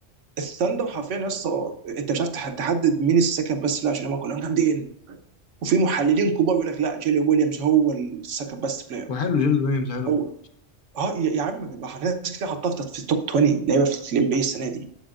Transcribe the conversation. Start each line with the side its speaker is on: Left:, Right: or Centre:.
Right: الثاندر حرفيا يا اسطى انت مش عارف تح- تحدد مين السكند بيست بلاير عشان هم كلهم جامدين وفي محللين كبار يقول لك لا جيري ويليامز هو السكند بيست بلاير
Left: وحلو جيل ويليامز حلو
Right: هو
Left: برضه
Right: اه يا يا عم ما احنا ناس كتير حطها في التوب 20 لعيبه في الام بي السنه دي